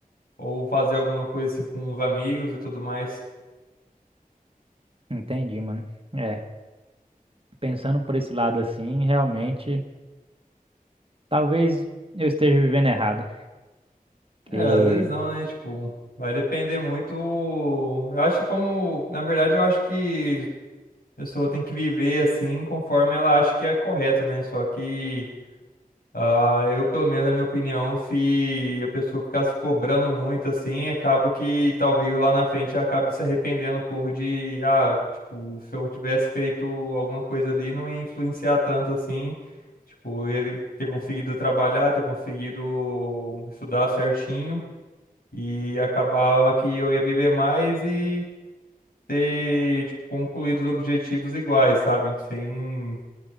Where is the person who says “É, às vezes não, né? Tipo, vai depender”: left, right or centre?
Left